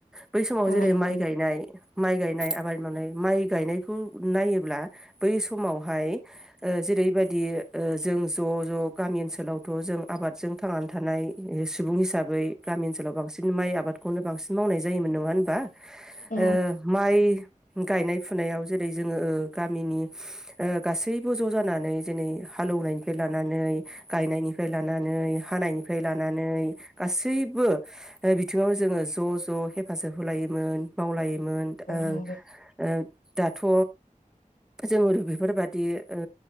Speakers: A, in the centre; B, on the left (about 80°).
A: बै समाव
B: औ
A: जेरै
B: नंगौ
A: माइ गायनाय माइ गायनाय आबाद मावनाय माइ गायनायखौ नायोब्ला बै समावहाय ओ जेरै बायादि ओ जों ज' ज' गामि ओनसोलावथ' जों आबादजों थांनानै थानाय सुबुं हिसाबै गामि ओनसोलाव बांसिन बिदिनो माइ आबादखौनो बांसिन मावनाय जायोमोन नङा होनबा?
B: औ नंगौ औ
A: ओ माइ गायनाय फुनायाव जेरै जोङो ओ गामिनि गासैबो ज' जानानै जेरै हालौनायनिफ्राय लानानै गायनायनिफ्राय लानानै हानायनिफ्राय लानानै गासैबो बिथिङाव जोङो ज' ज' हेफाजाब होलायोमोन मावलायोमोन ओ
B: नंगौ
A: ओ दाथ' जोङो बेफोरबादि ओ